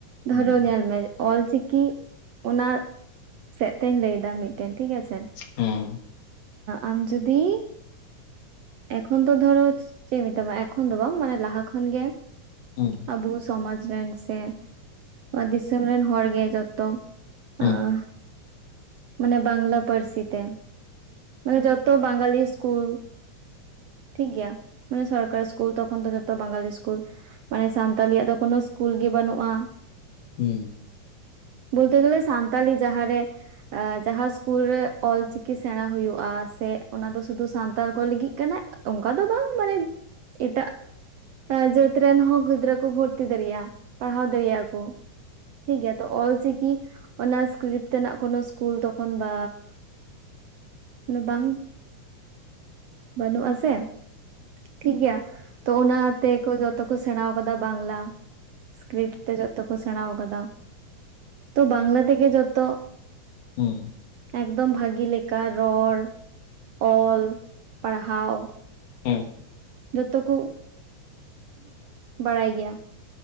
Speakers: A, on the right; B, on the left.
A: ᱫᱷᱚᱨᱚ
B: ᱦᱩᱸ
A: ᱧᱮᱞ ᱢᱮ ᱚᱞᱪᱤᱠᱤ ᱚᱱᱟ ᱥᱮᱫ ᱛᱮᱧ ᱞᱟᱹᱭ ᱮᱫᱟ ᱢᱤᱫᱼᱼ ᱴᱷᱤᱠ ᱜᱟᱪᱷᱮ
B: ᱦᱩᱸ
A: ᱟᱢ ᱡᱩᱫᱤ ᱮᱠᱷᱚᱱ ᱛᱚ ᱫᱷᱚᱨᱚ ᱪᱮᱫ ᱢᱮᱛᱟᱢᱟ ᱮᱠᱷᱚᱱ ᱫᱚ ᱵᱟᱝ ᱢᱟᱱᱮ ᱞᱟᱦᱟ ᱠᱷᱚᱱᱜᱮ
B: ᱦᱩᱸ
A: ᱟᱵᱚ ᱥᱚᱢᱟᱡ ᱨᱮᱱ ᱥᱮ ᱱᱚᱣᱟ ᱫᱤᱥᱚᱢ ᱨᱮᱱ ᱦᱚᱲ ᱜᱮ ᱡᱚᱛᱚ
B: ᱦᱮᱸ
A: ᱟᱸ ᱢᱟᱱᱮ ᱵᱟᱝᱞᱟ ᱯᱟᱹᱨᱥᱤ ᱛᱮ ᱢᱟᱱᱮ ᱡᱚᱛᱚ ᱵᱟᱝᱜᱟᱞᱤ ᱥᱠᱩᱞ ᱴᱷᱤᱠ ᱜᱮᱭᱟ ᱢᱟᱱᱮ ᱥᱚᱨᱠᱟᱨᱤ ᱥᱠᱩᱞ ᱛᱚᱠᱷᱚᱱ ᱫᱚ ᱡᱚᱛᱚ ᱵᱟᱝᱜᱟᱞᱤ ᱥᱠᱩᱞ ᱢᱟᱱᱮ ᱥᱟᱱᱛᱟᱞᱤᱭᱟᱜ ᱫᱚ ᱠᱳᱱᱳ ᱥᱠᱩᱞ ᱜᱮ ᱵᱟᱹᱱᱩᱜᱼᱟ
B: ᱦᱩᱸ
A: ᱵᱚᱞᱛᱮ ᱜᱮᱞᱮ ᱥᱟᱱᱛᱟᱞᱤ ᱡᱟᱦᱟᱸ ᱨᱮ ᱡᱟᱦᱟᱸ ᱥᱠᱩᱞ ᱨᱮ ᱚᱞᱪᱤᱠᱤ ᱥᱮᱲᱟ ᱦᱳᱭᱳᱜᱼᱟ ᱥᱮ ᱚᱱᱟ ᱫᱚ ᱥᱩᱫᱷᱩ ᱥᱟᱱᱛᱟᱲ ᱠᱚ ᱞᱟᱹᱜᱤᱫ ᱠᱟᱱᱟ ᱚᱱᱠᱟ ᱫᱚ ᱵᱟᱝ ᱢᱟᱱᱮ ᱮᱴᱟᱜ ᱡᱟᱹᱛ ᱨᱮᱱ ᱦᱚᱸ ᱜᱤᱫᱽᱨᱟᱹ ᱠᱚ ᱵᱷᱚᱨᱛᱤ ᱫᱟᱲᱮᱭᱟᱜᱼᱟ ᱯᱟᱲᱦᱟᱣ ᱫᱟᱲᱮᱭᱟᱜᱼᱟ ᱠᱚ ᱴᱷᱤᱠ ᱜᱮᱭᱟ ᱛᱚ ᱚᱞᱪᱤᱠᱤ ᱚᱱᱟ ᱥᱠᱨᱤᱯᱴ ᱨᱮᱱᱟᱜ ᱠᱳᱱᱳ ᱠᱩᱞ ᱛᱚᱠᱷᱚᱱ ᱵᱟ ᱢᱮ ᱵᱟᱳ <unintelligible> ᱵᱟᱹᱱᱩᱜᱼ ᱟ ᱥᱮ ᱴᱷᱤᱠ ᱜᱮᱭᱟ ᱛᱚ ᱚᱱᱟ ᱛᱮᱠᱚ ᱡᱚᱛᱚ ᱠᱚ ᱥᱮᱲᱟᱣ ᱟᱠᱟᱫᱟ ᱵᱟᱝᱞᱟ ᱥᱠᱨᱤᱯᱴ ᱛᱮ ᱡᱚᱛᱚ ᱠᱚ ᱥᱮᱲᱟ ᱠᱟᱫᱟ ᱛᱚ ᱵᱟᱝᱞᱟ ᱛᱮᱜᱮ ᱡᱚᱛᱚ
B: ᱦᱳᱭ
A: ᱮᱠᱫᱚᱢ ᱵᱷᱟᱜᱤ ᱞᱮᱠᱟ ᱨᱚᱲ ᱚᱞ ᱯᱟᱲᱦᱟᱣ
B: ᱦᱮᱸ
A: ᱡᱚᱛᱚ ᱠᱩ ᱵᱟᱲᱟᱭ ᱜᱮᱭᱟ